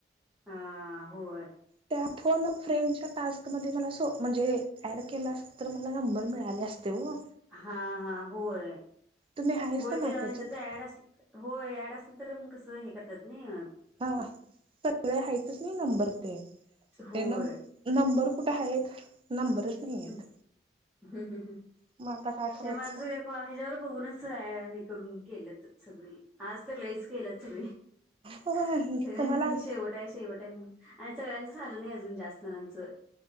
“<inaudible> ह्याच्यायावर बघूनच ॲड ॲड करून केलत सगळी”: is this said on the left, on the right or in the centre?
Centre